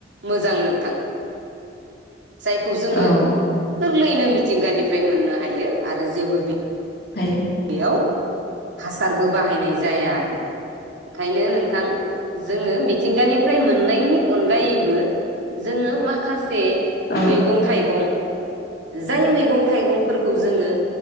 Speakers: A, on the right (about 80°); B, on the left (about 55°).
A: मोजां नोंथां। जायखौ जोङो
B: औ
A: गोरलैयैनो मि मिथिंगानिफ्राय मोननो हायो आरो जेबो
B: हाङो।
A: बेयाव हासारबो बाहायनाय जाया आरो। ओंखायनो नोंथां जोङो मिथिंगानिफ्राय मोननायनि अनगायैबो जोङो माखासे
B: औ
A: मैगं थाइगं जाय मैगं थाइगंफोरखौ जोङो